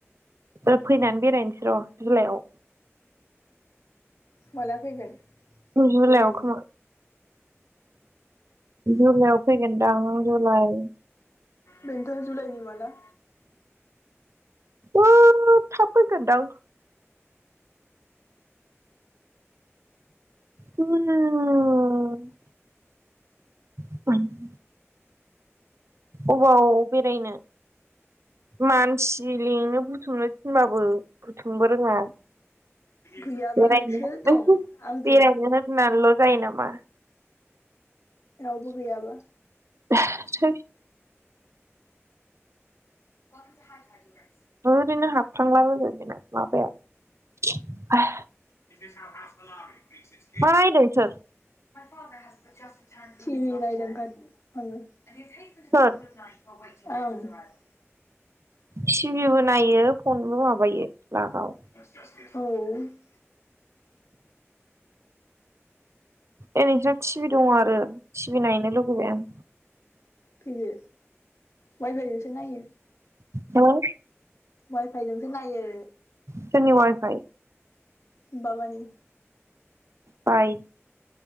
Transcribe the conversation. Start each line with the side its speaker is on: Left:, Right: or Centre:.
Right: बे फैनान बेरायनोसै र' जुलाइआव
Left: माला फैगोन
Right: औ जुलाइयाव
Left: जुलाइनि
Right: खोमा बिनि उनाव फैगोन दां नों जुलाय
Left: बेनथ' जुलाइनि माला
Right: <unintelligible> थाब फैगोनदां <unintelligible> <unintelligible> अबाव बेरायनो मानसि लेंनो बुथुमनो थिनबाबो बुथुमबो रोङा
Left: गैयाबासो
Right: बेरायनो <unintelligible>
Left: दं आंजों
Right: बेरायनो होननानैल' जायो नामा
Left: रावबो गैयाबा
Right: <unintelligible>
Left: <unintelligible>
Right: ओरैनो हाबफ्रांलाबायबाय बेना माबाया
Left: <unintelligible>
Right: नायदों सोर
Left: <unintelligible> ओं
Right: सोर टिभिबो नायो फनबो माबायो लागाव
Left: औ
Right: ए नोंसा टिभि दं आरो टिभि नायनो लुगैबाय आं।
Left: फैदो वाइफाय जोंसो नायो
Right: आं हो
Left: वाइफाइजोंसो नायो।
Right: सोरनि वाइफाय?
Left: बाबानि।
Right: बाय